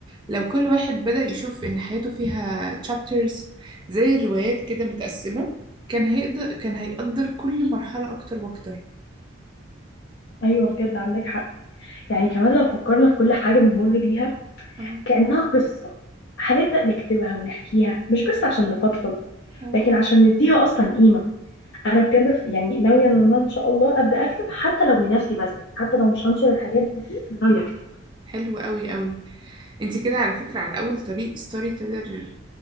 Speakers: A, on the right; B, on the left.
A: لو كل واحد بدأ يشوف إن حياته فيها chapters زي الروايات كده متقسمة كان هيقدر كان هيقدر كل مرحلة أكتر وأكتر
B: ايوه بجد عندك حق يعني كمان لو فكرنا في كل حاجة بنمر بيها
A: اه
B: كأنها قصة هنبدأ نكتبها ونحكيها مش بس عشان نفضفض
A: اه
B: لكن عشان نديها أصلا قيمة أنا بجد ف- يعني ناوية إن أنا إن شاء الله أبدأ أكتب حتى لو لنفسي بس حتى لو مش هنشر الحاجات دي أنا ناوية أكتب
A: حلو قوي قوي انت كده على فكرة على أول طريق ستوري تيلر